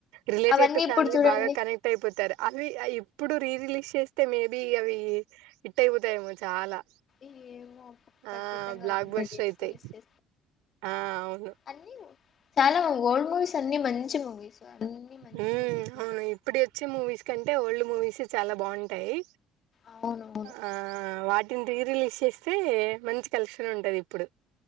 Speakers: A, on the right; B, on the left.
A: రిలేటెడ్
B: అవన్నీ
A: టు ఫ్యామిలీ
B: ఇప్పుడు చూడండి
A: బాగా కనెక్ట్ అయిపోతరు అవి అ ఇప్పుడు రీ రిలీజ్ చేస్తే మేబీ అవి హిట్ అయిపోతాయేమో చాలా
B: ఏమో
A: ఆ
B: ఖచ్చితంగా
A: బ్లాక్
B: అవుతుందని
A: బస్టర్ అయితాయి
B: తెలిచేస్తే
A: ఆ అవును
B: అన్నీ చాల ఓల్డ్ మూవీస్ అన్ని మంచి మూవీస్ అన్ని మంచిగా
A: హుమ్
B: తీసినారు
A: అవును ఇప్పుడు వచ్చి మూవీస్ కంటే ఓల్డ్ మూవీస్ చాలా బాగుంటాయి
B: అవునవును
A: ఆ వాటిన్ రీ రిలీజ్ చేస్తే మంచి కలెక్షన్ ఉంటది ఇప్పుడు